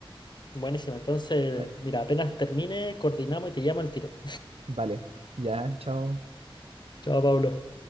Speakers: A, on the left (about 50°); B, on the right (about 85°).
A: Buenísima, entonces,
B: Eh,
A: mira, apenas termine, coordinamos y te llamo al tiro.
B: Vale, ya, chao.
A: <laughs> Chao, Pablo.